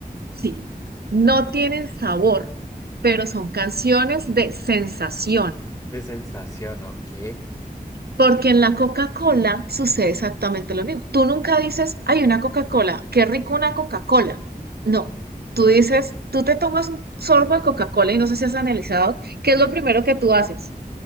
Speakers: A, on the right; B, on the left.
A: sí, no tienen sabor, pero son canciones de sensación.
B: De sensación, ok.
A: Porque en la Coca-Cola sucede exactamente lo mismo. Tú nunca dices, hay una Coca-Cola, qué rico una Coca-Cola. No, tú dices, tú te tomas un sorbo de Coca-Cola y no sé si has analizado, ¿qué es lo primero que tú haces?